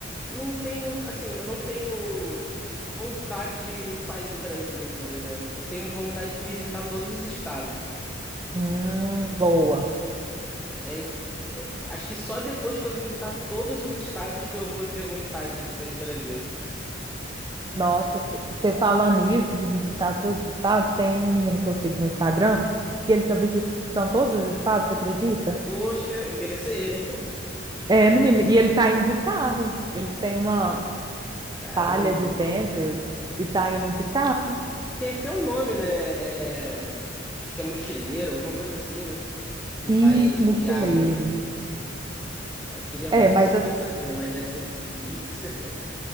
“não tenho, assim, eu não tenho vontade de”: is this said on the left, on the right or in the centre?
Centre